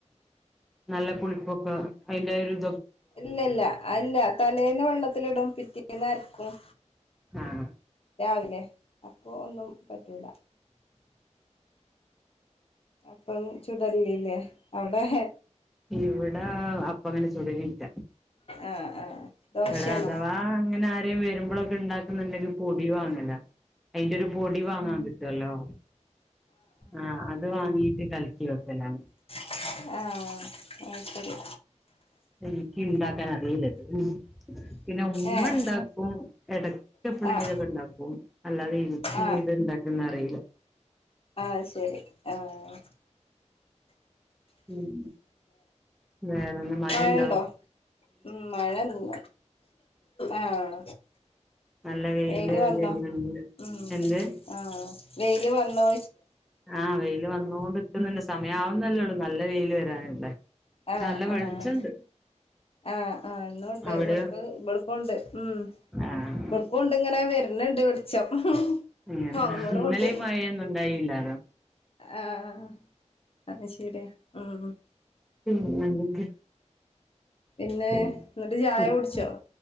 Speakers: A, in the centre; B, on the left (about 50°).
A: നല്ല പുളിപ്പൊക്കെ അതിന്റെ ഒരു -
B: ഇല്ലല്ല അല്ല തലേന്ന് വെള്ളത്തിലിടും പിറ്റേന്ന് അരക്കും
A: ആഹ്
B: രാവിലെ അപ്പൊ ഒന്നും പറ്റൂല അപ്പം ചുടലില്ലേ അവിടെ-
A: ഇവിടെ അപ്പ അങ്ങനെ ചുടലില്ല
B: ആഹ് ആഹ് ദോശയാണോ
A: ഇവിടെ അഥവാ അങ്ങനെ ആര് - അത്രയും വരുമ്പോഴൊക്കെ ഉണ്ടാക്കുന്നുണ്ടെങ്കിൽ പൊടി വാങ്ങല അയിന്റെ ഒരു പൊടി വാങ്ങാൻ കിട്ടുവല്ലോ ആഹ് അത് വാങ്ങീട്ട് കലക്കി വെക്കലാണ്
B: ആഹ് ആഹ് അത് ശരി
A: എനിക്ക് ഇണ്ടാക്കാൻ അറിയേയില്ല ഇത്‌ പിന്നെ ഉമ്മ
B: ഏഹ്
A: ഉണ്ടാക്കും ഇടക്കെപ്പേളെങ്കിലും
B: ആഹ്
A: ഒക്കെ ഇണ്ടാക്കും അല്ലാതെ എനിക്കിത്
B: ആഹ്
A: ഇണ്ട - ന്നറീല്ല
B: ആഹ് ശരി ആഹ് ആഹ്
A: ഉം വേറെന്നാ മഴ
B: മഴണ്ടോ
A: ഇണ്ടോ
B: ഉം മഴ <unintelligible> ല്ല ആഹ്
A: നല്ല
B: വെയില് വന്ന
A: വരുന്നുണ്ട്
B: ഉം
A: എന്ത്
B: ആഹ് വെയില് വന്നൊ
A: ആഹ് വെയില് വന്നൊണ്ട് നിക്ക്ന്നുണ്ട് സമയമാവുന്നേല്ലേ ഉള്ളു നല്ല വെയില് വരാനല്ലേ <unintelligible>
B: ആഹ്
A: നല്ല വെളിച്ചണ്ട്
B: ആഹ് ആഹ് ആഹ് ഇന്നൂണ്ട്
A: അവിടെയോ
B: ഇവിട്ക്ക് ഇവിട്ക്കൂണ്ട് ഉം
A: ആഹ്
B: ഇവിടക്കുംണ്ട് ഇങ്ങനെ വരണ് ണ്ട് വെളിച്ചം
A: ഇങ്ങന
B: മങ്ങളുണ്ട്
A: ഇന്നലെയീ മഴയൊന്നും ഉണ്ടായില്ലാരോ
B: ആഹ് അത് ശരിയാ ഉം
A: പിന്നെ എന്തൊക്കെയാ
B: പിന്നെ
A: <unintelligible>
B: എന്നിട്ട് ചായ കുടിച്ചോ